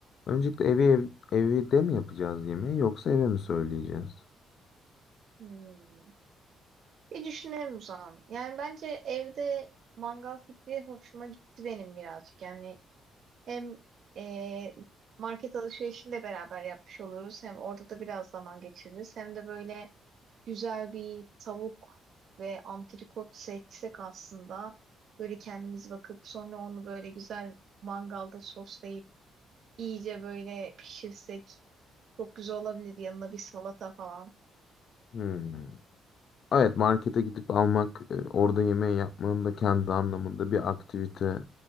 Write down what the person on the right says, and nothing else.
Hmm. Bir düşünelim o zaman. Yani bence evde mangal fikri hoşuma gitti benim birazcık. Yani hem e, market alışverişini de beraber yapmış oluruz. Hem orada da biraz zaman geçiririz. Hem de böyle güzel bir tavuk ve antrikot seçsek aslında böyle kendimiz bakıp sonra onu böyle güzel mangalda soslayıp İyice böyle pişirsek çok güzel olabilir yanına bir salata falan.